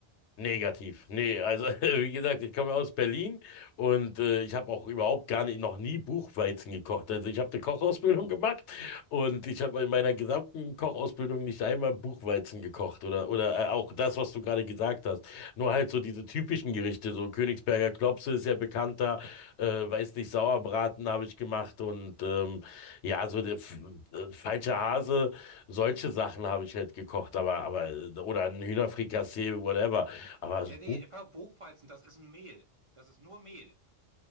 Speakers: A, on the left; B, on the right.
A: Negativ. Nee, also <laughs> wie gesagt, ich komme aus Berlin und äh, ich habe auch überhaupt gar nicht, noch nie Buchweizen gekocht. Also ich habe eine Kochausbildung gemacht und ich habe in meiner gesamten Kochausbildung nicht einmal Buchweizen gekocht oder oder äh, auch das, was du gerade gesagt hast. Nur halt so diese typischen Gerichte, so Königsberger Klopse ist ja bekannter, äh, weiß nicht, Sauerbraten habe ich gemacht und ähm, ja, so der, F- äh, falscher Hase, solche Sachen habe ich halt gekocht, aber aber oder ein Hühnerfrikassee, whatever. Aber das
B: Ja,
A: Buch.
B: nee, bei Buchweizen, das ist ein Mehl. Das ist nur Mehl.